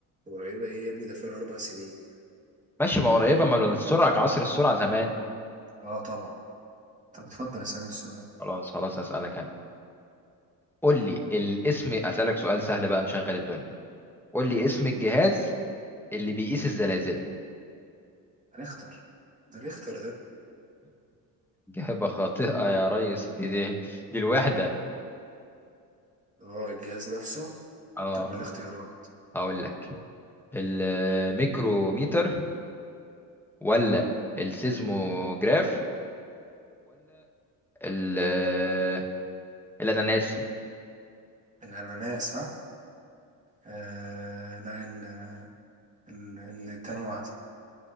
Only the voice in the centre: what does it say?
ماشي ما قريبة ما السرعة كعصر السرعة زمان
خلاص خلاص هسألك أنا قول لي الاسم أسألك سؤال سهل بقى نشغل الدنيا قول لي اسم الجهاز اللي بيقيس الزلازل <laughs>
إجابة خاطئة يا ريس دي دي, دي الوحدة
اه
هقول لك الميكروميتر ولا السيزموجراف ولا الاناناس